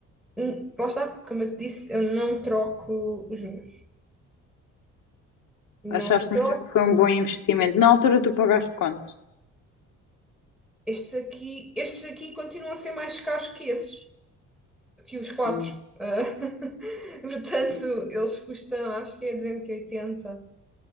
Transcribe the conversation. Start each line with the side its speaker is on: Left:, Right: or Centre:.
Centre: hum, lá está, como eu te disse, eu não troco os meus. Não
Left: Achaste
Centre: troco
Left: mesmo que foi um bom investimento? Na altura tu pagaste quanto?
Centre: Estes aqui, estes aqui continuam a ser mais caros que esses, que os quatro.
Left: Hum.
Centre: Ah, <laughs> portanto, eles custam, acho que é 280.